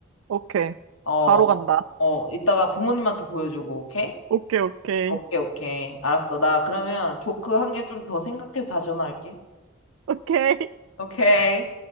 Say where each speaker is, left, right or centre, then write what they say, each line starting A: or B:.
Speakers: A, on the right; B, on the left.
A: 오케이.
B: 어,
A: 바로 간다.
B: 어, 이따가 부모님한테 보여주고, 오케이?
A: 오케이, 오케이.
B: 오케이, 오케이. 알았어. 나 그러면 조크 한 개 좀 더 생각해서 다시 전화할게.
A: 오케이.
B: 오케이.